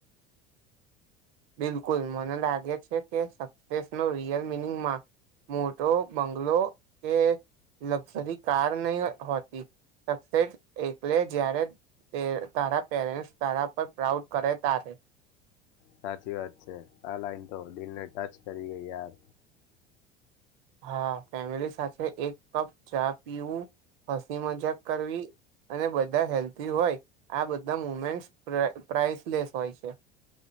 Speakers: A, on the right; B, on the left.
A: બિલકુલ મને લાગે છે કે સક્સેસ નો રિયલ મિનિંગમાં મોટો બંગલો કે લક્ઝરી કાર નહી હોતી શકશેશ એટલે જય્યારે એ તારા પેરેન્ટ્સ તારા પર પ્રાઉડ કરે તારે
B: સાચી વાત છે આ લાઈન તો દિલને ટચ કરીએ યાર
A: હા ફેમિલી સાથે એક કપ ચા પીવું હસી મજાક કરવી અને બધા હેલ્થી હોય આ બધા મુમેન્ટ્સ પ્રાઇ પ્રાઇસલેસ હોય છે